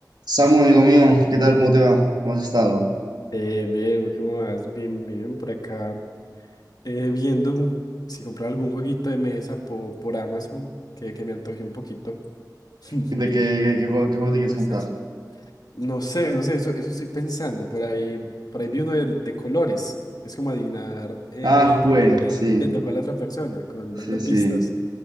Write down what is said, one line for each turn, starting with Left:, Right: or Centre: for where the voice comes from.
Right: Samu, amigo mío, ¿qué tal? ¿Cómo te va? ¿Cómo has estado?
Left: Eh, Diego, ¿qué más? Bien, bien, por acá. eh, viendo si comprar algún jueguito de mesa po- por Amazon que, que me antoje un poquito. <laughs>
Right: ¿De qué, qué juego, qué juego te quieres
Left: ¿Cómo
Right: comprar?
Left: estás? No sé, no sé, eso, eso estoy pensando. Por ahí, por ahí vi uno de, de colores. Es como adivinar eh,
Right: Ah,
Left: qué
Right: jue,
Left: colores
Right: sí,
Left: le tocó a la otra persona, con, dando
Right: sí, sí.
Left: pistas.